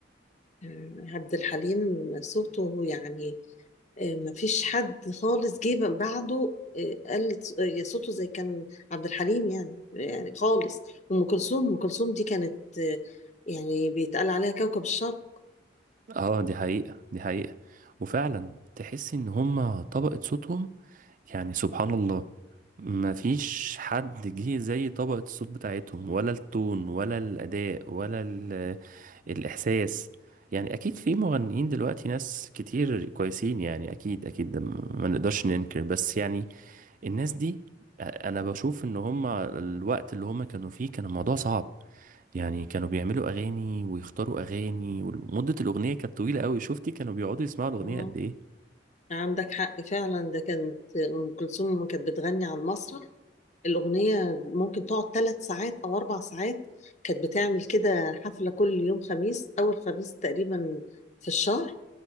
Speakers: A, on the left (about 40°); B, on the right (about 45°).
A: مم، عبد الحليم صوته يعني آه، مفيش حد خالص جه بعده آه، قال ص- آه، صوته زي كان عبد الحليم يعني يعني خالص ام كلثوم ام كلثوم دي كانت آه، يعني بيتقال عليها كوكب الشرق
B: اه دي حقيقة دي حقيقة وفعلا تحس ان هما طبقة صوتهم يعني سبحان الله ما فيش حد جه زي طبقة الصوت بتاعتهم ولا التون ولا الأداء ولا ال- الإحساس يعني أكيد في مغنيين دلوقتي ناس كتير كويسين يعني أكيد أكيد ده ما نقدرش ننكر بس يعني الناس دي أنا بشوف إن هما الوقت اللي هما كانوا فيه كان الموضوع صعب يعني كانوا بيعملوا أغاني ويختاروا أغاني ومدة الأغنية كانت طويلة أوي شفتي كانوا بيقعدوا يسمعوا الأغنية
A: آه،
B: قد إيه
A: عندك حق فعلا ده كانت ام كلثوم لما كانت بتغني على المسرح الاغنيه ممكن تقعد ثلاث ساعات او اربع ساعات كانت بتعمل كده حفله كل يوم خميس اول خميس تقريبا في الشهر